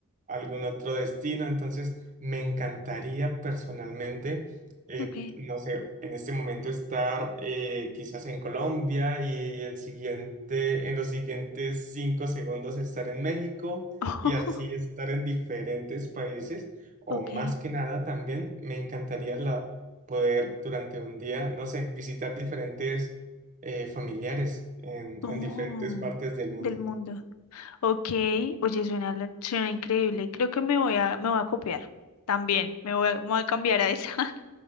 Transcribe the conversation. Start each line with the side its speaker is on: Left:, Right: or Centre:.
Right: algún otro destino. Entonces, me encantaría personalmente, eh,
Left: Ok.
Right: no sé, en este momento estar eh, quizás en Colombia y el siguiente, en los siguientes cinco segundos estar en México
Left: <laughs>
Right: y así estar en diferentes países.
Left: ok.
Right: O más que nada, también me encantaría la, poder durante un día, no sé, visitar diferentes eh, familiares en
Left: Oh,
Right: en diferentes partes del mundo.
Left: del mundo. Ok, oye, suena, la- suena increíble. Creo que me voy a, me voy a copiar también. Me voy a, me voy a cambiar a esa. <laughs>